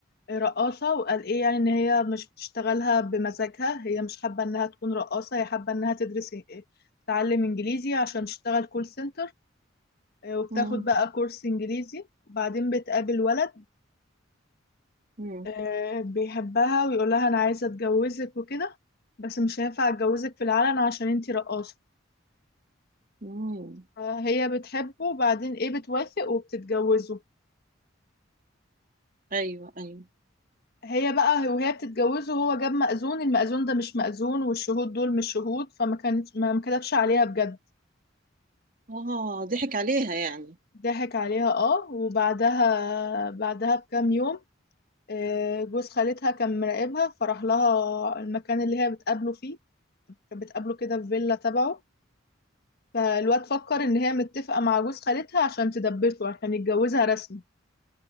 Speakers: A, on the left (about 55°); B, on the right (about 45°).
A: رقاصة وقال ايه يعني ان هي مش بتشتغلها بمزاجها هي مش حابة انها تكون رقاصة هي حابة انها تدرس إيه، تتعلم انجليزي عشان تشتغل كول سنتر آه، وبتاخد
B: مم.
A: بقى كورس انجليزي وبعدين بتقابل ولد
B: مم.
A: آه، بيحبها ويقولها انا عايزة اتجوزك وكده بس مش هينفع اتجوزك في العلن عشان انتي رقاصة
B: مم.
A: فهي بتحبه وبعدين ايه بتوافق وبتتجوزه
B: ايوه ايوه
A: هي بقى وهي بتتجوزه هو جاب مأذون المأذون ده مش مأذون والشهود دول مش شهود فما كانت ما ما كتبش عليها بجد
B: اه ضحك عليها يعني
A: ضحك عليها اه وبعدها بعدها بكام يوم آه، جوز خالتها كان مراقبها فراح لها المكان اللي هي بتقابله فيه كانت بتقابله كده في فيلا تبعه فالواد فكر ان هي متفقة مع جوز خالتها عشان تدبسه عشان يتجوزها رسمي